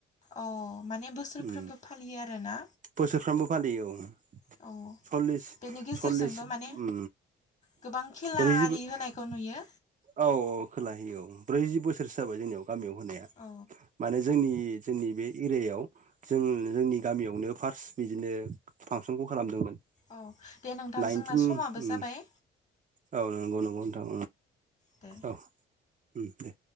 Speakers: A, on the left; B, on the right.
A: अ माने बोसोरफ्रोमबो
B: उम
A: फालियो आरोना
B: बोसोरफ्रामबो फालियो औ
A: औ
B: सललिस
A: बेनि गेजेरजोंबो
B: सललिस उ
A: माने गोबां खेला
B: बबो
A: आरि
B: औ
A: होनायखौ नुयो
B: औ खोलाहैयो औ ब्रैजि बोसोरसो जाबाय जोंनियाव गामियाव होनाया
A: औ
B: माने जोंनि जोंनि बे एरियायाव जों जोंनि गामियावनो फार्स्ट बिदिनो फांसनखौ खालामदोंमोन
A: औ दे नोंथां
B: नाइनटिन
A: जोंना समाबो
B: उम
A: जाबाय
B: औ नंगौ नंगौ नथां
A: दे
B: औ दे